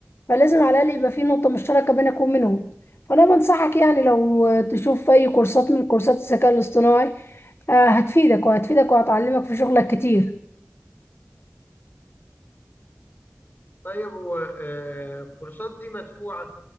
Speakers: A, on the left; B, on the left.
A: فلازم على الاقل يبقى في نقطه مشتركه بينك وبينهم فانا بنصحك يعني لو تشوف اي كورسات من كورسات الذكاء الاصطناعي آه، هتفيدك وهتفيدك وهتعلمك في شغلك كتير
B: طيب هو آه، الكورسات دي مدفوعة